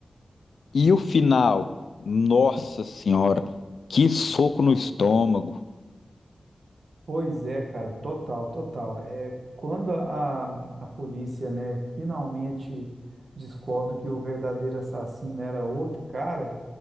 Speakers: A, on the left; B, on the right.
A: E o final, nossa senhora, que soco no estômago.
B: Pois é, cara, total, total. É, quando a, a polícia, né, finalmente descobre que o verdadeiro assassino era outro cara,